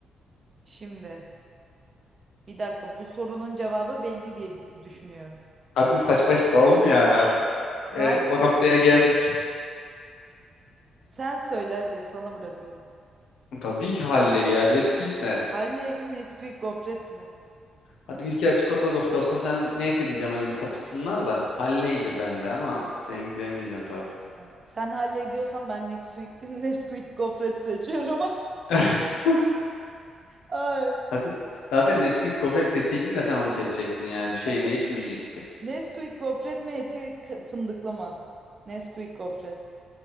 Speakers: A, on the right (about 45°); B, on the left (about 85°).
A: Şimdi bir dakika bu sorunun cevabı belli diye düşünüyorum.
B: Hadi saç baş dalalım yani artık.
A: Ne
B: Ee,
A: yap?
B: o noktaya geldik.
A: Sen söyle hadi sana bırakıyorum.
B: Tabii ki halleyi yani eski ne?
A: Halley mi Nesquik gofret mi?
B: Hadi Ülker çikolatalı gofret olsa falan neyse diyeceğim hani bir kapısınlar da. Halleydir bende ama senin gibi bilemeyeceğim tabii.
A: Ha, Sen hallediyorsan ben Nesquik, <laughs> Nesquik gofret seçiyorum.
B: <laughs>
A: <laughs> Ay.
B: Zaten, zaten Nesquik gofret seçseydin de sen onu seçecektin yani. Bir şey
A: Evet.
B: değişmeyecekti pek.
A: Nesquik gofret mi eti k- fındıklı mı? Nesquik gofret.